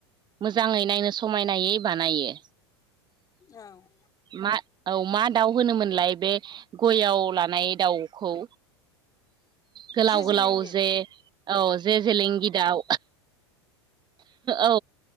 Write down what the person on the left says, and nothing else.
औव
जे
जेलेंगि